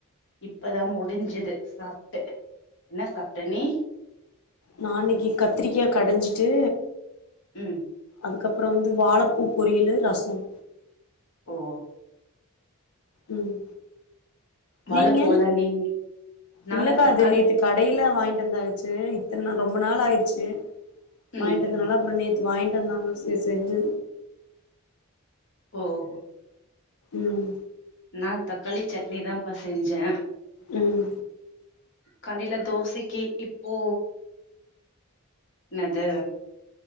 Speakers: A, on the left; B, on the left.
A: இப்பதா முடிஞ்சுது சாப்ட்டு என்ன சாப்ட்ட நீ
B: நா இன்னைக்கு கத்திரிக்கா கடைஞ்சி ஜு
A: ம்
B: அதுக்கப்பறம் வந்து வாழப்பூ பொரியல் ரசம்
A: ஓ
B: ம்
A: வாழப்பூ
B: நீங்க
A: வெளான்டிங் நானு
B: இல்லக்கா
A: தக்காளி
B: அது நேத்து கடையில வாங்கிட்டு இருந்துச்சு இத்தன நாள் ரொம்ப நாள் ஆயிடுச்சு வாங்கிட்டதுனால
A: ம்
B: அப்றம் நேத் வாய்ன்ட்டு வந்தாங்க செரி செஞ்ச
A: ஒ ஒ
B: ம்
A: நான் தக்காளி சட்னி தான்ப்பா செஞ்சே
B: ம்
A: காலைல தோசைக்கு இப்போ என்னது